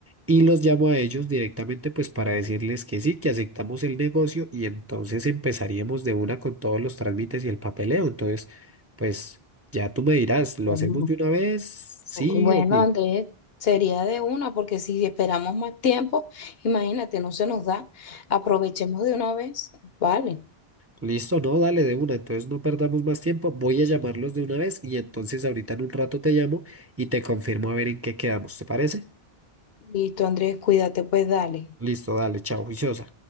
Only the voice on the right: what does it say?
y los llamo a ellos directamente pues para decirles que sí, que aceptamos el negocio y entonces empezaríamos de una con todos los trámites y el papeleo. Entonces, pues... Ya tú me dirás, ¿lo
hacemos de una vez? Sí
o sí.
Listo, no, dale de una, entonces no perdamos más tiempo, voy a llamarlos de una vez y entonces ahorita en un rato te llamo y te confirmo a ver en qué quedamos, ¿te parece?
Listo, dale, chao, juiciosa.